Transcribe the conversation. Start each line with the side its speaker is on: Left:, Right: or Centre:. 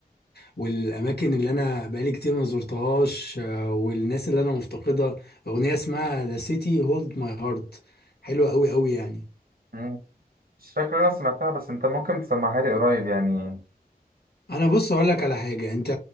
Left: والاماكن اللي انا بقالي كتير ما زرتهاش آه، والناس اللي انا مفتقدها اغنيه اسمها ذا سيتي هولد ماي هارت حلوه قوي قوي يعني
Right: مم. مش فاكر أنا سمعتها بس أنت ممكن تسمعها لي قريب يعني
Left: انا بص اقول لك على حاجه انت